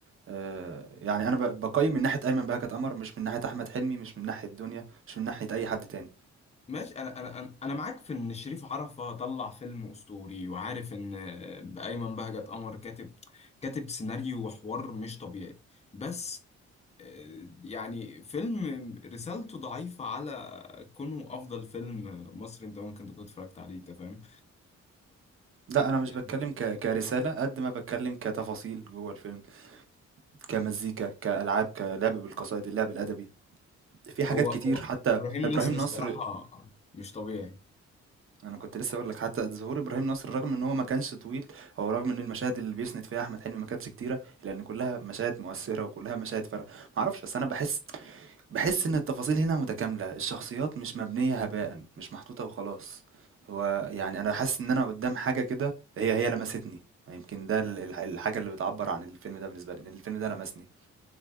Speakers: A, on the right; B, on the left.
A: آآ يعني أنا ب باقيّم من ناحية أيمن بهجت قمر، مش من ناحية أحمد حلمي، مش من ناحية دنيا، مش من ناحية أي حد تاني.
B: ماشي انا انا انا أنا معاك في ان شريف عرفة طلع فيلم اسطوري وعارف ان ايمن بهجت قمر كاتب كاتب سيناريو وحوار مش طبيعي بس آه، يعني فيلم رسالته ضعيفة على كونه افضل فيلم مصري انت ممكن تكون اتفرجت عليه انت فاهم
A: لأ، أنا مش
B: يعني
A: باتكلّم ك كرسالة قد ما باتكلّم كتفاصيل جوّه الفيلم، كمزيكا، كألعاب، كلعب بالقصائد، اللعب الأدبي، في حاجات
B: هو
A: كتير
B: هو
A: حتى
B: ابراهيم
A: إبراهيم
B: نصر الصراحة
A: نصر
B: مش طبيعي
A: أنا كنت لسّه هاقول لك حتى ظهور إبراهيم نصر رغم إن هو ما كانش طويل، أو رغم إن المشاهد اللي بيسند فيها أحمد حلمي ما كانتش كتيرة، لإن كلّها مشاهد مؤثّرة وكلّها مشاهد فارقة، ما أعرفش بس أنا باحس بحس إن التفاصيل هنا متكاملة الشخصيات مش مبنية هباء مش محطوطة وخلاص هو يعني أنا حاسس إن أنا قدام حاجة كده هي هي لمستني يمكن ده ال- ال- الحاجة اللي بتعبر عن الفيلم ده بالنسبة لي إن الفيلم ده لمسني